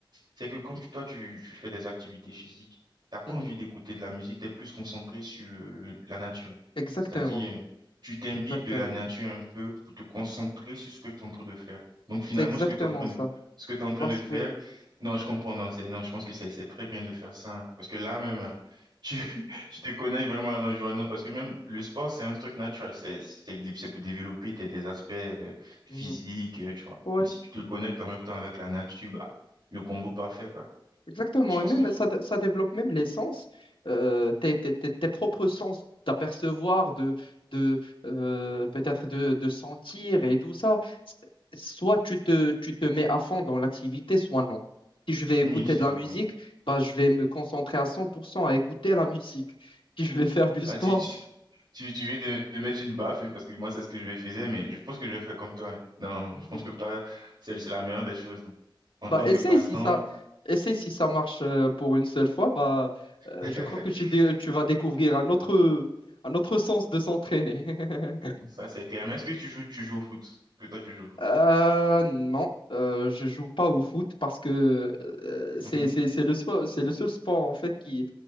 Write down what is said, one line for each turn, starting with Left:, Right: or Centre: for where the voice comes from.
Right: c'est que quand tu- toi, tu, tu fais des activités physiques, t'as pas
Left: Mhm.
Right: envie d'écouter de la musique, tu es plus concentré sur le, le- la nature.
Left: Exactement,
Right: C'est-à-dire, euh, tu t'imbibes
Left: exactement.
Right: de la nature un peu pour te concentrer sur ce que tu es en train de faire. Donc finalement,
Left: C'est exactement
Right: ce que tu es en train
Left: ça.
Right: de, ce que tu en train
Left: Parce
Right: de faire,
Left: que...
Right: non, je comprends, non, c'est, non, je pense que c'est c'est très bien de faire ça. hein, parce que là même, hein, tu, <laughs> tu te connais vraiment à l'environnement, parce que même le sport, c'est un truc naturel, c'est c'est- c'est pour développer tes, tes aspects euh, physiques,
Left: Mhm.
Right: euh, tu vois.
Left: Ouais,
Right: Donc, si tu te connectes en même temps avec la nature, bah, le combo parfait, quoi.
Left: exactement.
Right: Je pense
Left: Et même,
Right: que
Left: ça, ça développe même les sens, euh, tes, tes- tes- tes propres sens d'apercevoir, de, de euh, peut-être de, de sentir et tout ça. Soit tu te, tu te mets à fond dans l'activité, soit non. Si je vais écouter
Right: oui, c'est
Left: de la
Right: un-
Left: musique, bah, je vais me concentrer à 100% à écouter la <laughs> musique. Si je vais faire du
Right: Ah,
Left: sport.
Right: tu, tu, tu- tu viens de me mettre une baffe, hein, parce que moi, c'est ce que je faisais, mais je pense que je vais faire comme toi. hein. Non,
Left: <laughs>
Right: je pense que toi, c'est c'est la meilleure des choses. hein. En
Left: Bah,
Right: tant
Left: essaye
Right: que passe-temps,
Left: si ça, essaye si ça marche euh, pour une seule fois. Bah, euh,
Right: <laughs>
Left: je crois que tu, dé- tu vas découvrir un autre, un autre sens de s'entraîner. <laughs>
Right: ça, c'est clair. Mais est-ce que tu joues, tu joues au foot? Que toi, tu joues au foot?
Left: Euh, non, euh, je joue pas au foot parce que euh, c'est
Right: Mhm,
Left: c'est- c'est le sport, c'est le seul sport en fait qui